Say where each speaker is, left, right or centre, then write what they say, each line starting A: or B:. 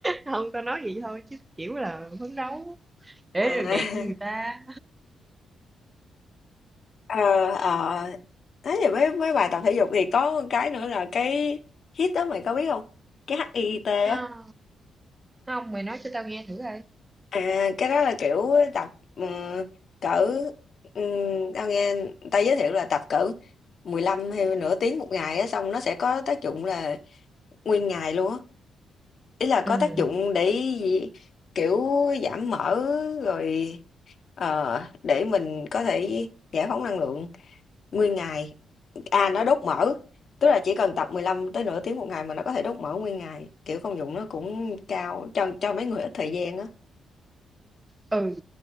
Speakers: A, on the right (about 20°); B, on the left (about 55°).
A: không tao nói vậy thôi chứ kiểu là phấn đấu để
B: À,
A: được đẹp
B: <laughs>
A: như người ta
B: ờ, ờ. Thế thì mấy mấy bài tập thể dục thì có một cái nữa là cái HIIT đó mày có biết không? Cái HIIT á.
A: không không mày nói cho tao nghe thử coi
B: À, cái đó là kiểu tập ừ, cỡ um, tao nghe người ta giới thiệu là tập cỡ 15 hay nửa tiếng một ngày á xong nó sẽ có tác dụng là nguyên ngày luôn á ý là có
A: ừ
B: tác dụng để gì kiểu giảm mỡ rồi ờ, để mình có thể giải phóng năng lượng nguyên ngày à nó đốt mỡ tức là chỉ cần tập 15 tới nửa tiếng một ngày mà nó có thể đốt mỡ nguyên ngày kiểu công dụng nó cũng cao cho cho mấy người ít thời gian á
A: ừ